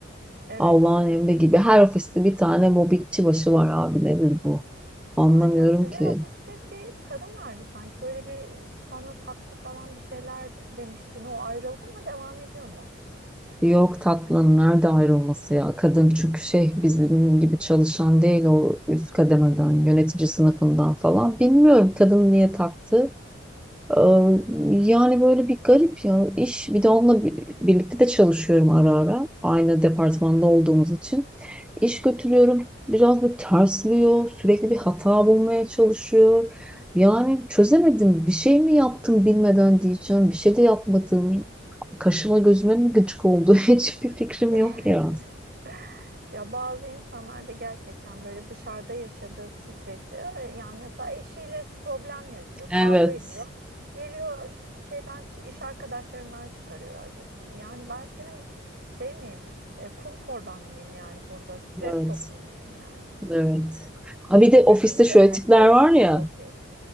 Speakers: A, on the right; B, in the centre.
A: evet
B: Allah'ın
A: evet
B: emri gibi. Her ofiste bir tane mobbingçi başı var abi. Nedir bu? Anlamıyorum
A: Aynen. Sizin
B: ki.
A: ofiste bir kadın vardı sanki. Böyle bir bana taktı falan bir şeyler demiştin. O ayrıldı mı? Devam ediyor mu?
B: Yok tatlım nerede ayrılması ya? Kadın çünkü şey bizim gibi çalışan değil o üst kademeden, yönetici sınıfından
A: Öf.
B: falan. Bilmiyorum kadın niye taktı. Ee, Yani böyle bir garip ya iş bir de onunla bi- birlikte de çalışıyorum ara ara aynı departmanda olduğumuz için iş götürüyorum biraz bir tersliyor sürekli bir hata bulmaya çalışıyor yani çözemedim bir şey mi yaptım bilmeden diyeceğim bir şey de yapmadım kaşıma gözüme mi gıcık oldu <laughs> hiçbir fikrim
A: <laughs>
B: yok ya
A: Ya bazı insanlar da gerçekten böyle dışarıda yaşadığı stresi yani mesela eşiyle problem yaşıyor,
B: evet
A: kavga ediyor. Geliyor şeyden iş arkadaşlarından çıkarıyor acısını. Yani ben senin şey miyim? e, kum torban mıyım yani burada? Stres
B: evet
A: topun muyum yani?
B: evet ha bir de
A: Hepimiz
B: ofiste şöyle
A: ekmek
B: tipler
A: parası
B: var
A: için
B: ya
A: çalışıyoruz.